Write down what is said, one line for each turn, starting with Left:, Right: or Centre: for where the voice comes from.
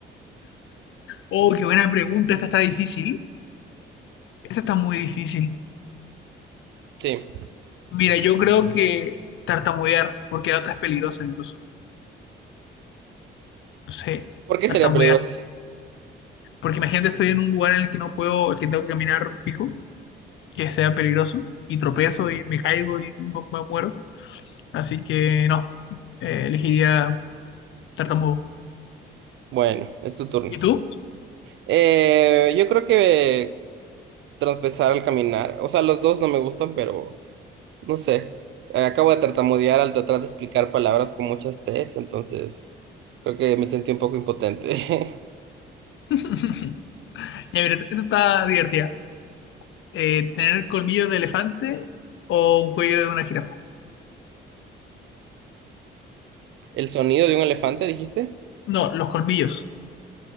Left: Oh, qué buena pregunta. Esta está difícil. Esta está muy difícil.
Right: Sí,
Left: Mira, yo creo que tartamudear, porque la otra es peligrosa incluso. No sé,
Right: porque
Left: tartamudear.
Right: sería peligroso.
Left: Porque imagínate, estoy en un lugar en el que no puedo, el que tengo que caminar fijo, que sea peligroso, y tropezo y me caigo y mu- me, muero. Así que no, eh, elegiría tartamudo.
Right: Bueno, es tu turno.
Left: ¿Y tú?
Right: Eh, yo creo que tropezar al caminar. O sea, los dos no me gustan, pero no sé. Eh, Acabo de tartamudear al tratar de explicar palabras con muchas T's, entonces creo que me sentí un poco impotente.
Left: <laughs> Ya, mira, esta está divertida. Eh, ¿tener colmillos de elefante o un cuello de una jirafa?
Right: <laughs> El sonido de un elefante, dijiste.
Left: No, los colmillos,